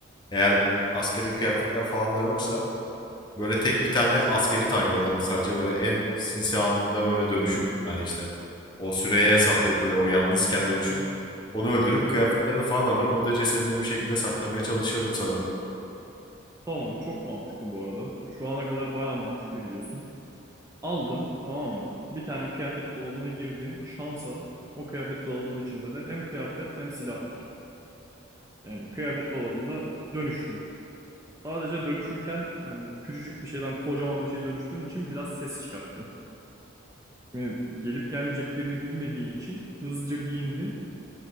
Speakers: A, on the left; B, on the right.
A: Eğer askeri kıyafetler falan da yoksa Böyle tek bir tane askeri takip ederdim sadece. Böyle en sinsi anında böyle dönüşüp hani işte o süreye hesaplayıp böyle o yalnızken dönüşüp onu öldürüp kıyafetlerini falan alır. Onu da cesedini bir şekilde saklamaya çalışırdım sanırım.
B: Tamam çok mantıklı bu arada. Şu ana kadar baya mantıklı gidiyorsun. Aldın tamam mı? Bir tane kıyafet dolabına girdin. Şansa o kıyafet dolabının içinde de hem kıyafet hem silah var. Yani kıyafet dolabında dönüştün. Sadece dönüşürken yani küçücük bir şeyden kocaman bir şey dönüştüğün için biraz ses çıkarttın. Şimdi gelip gelmeyeceklerini bilmediğin için hızlıca giyindin.